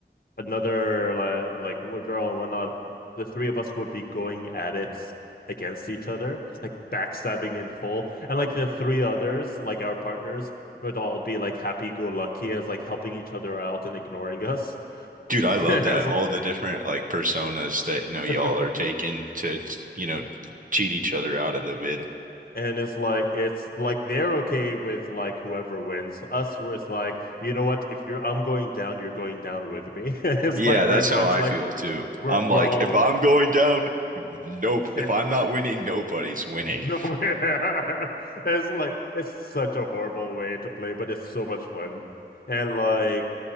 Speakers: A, on the left; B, on the right.
A: another like like a girl and whatnot. The three of us would be going at it against each other, like backstabbing in full, and like the three others, like our partners, would all be like happy go lucky as like helping each other out and ignoring us.
B: Dude,
A: <laughs>
B: I love
A: I
B: that.
A: was
B: All
A: like-
B: the different like personas that, you know, y'all
A: <laughs>
B: are taking to, you know, cheat each other out of the win.
A: And it's like it's like they're okay with like whoever wins. Us where it's like, you know what, if you're I'm going down, you're going down with me. <laughs> It's
B: Yeah,
A: like very
B: that's
A: much
B: how I
A: like
B: feel too.
A: we're
B: I'm
A: we're
B: like,
A: all
B: if I'm going down, nope.
A: <laughs>
B: If I'm not winning, nobody's winning.
A: nowhere. <laughs> It's like it's such a horrible way to play, but it's so much fun. And like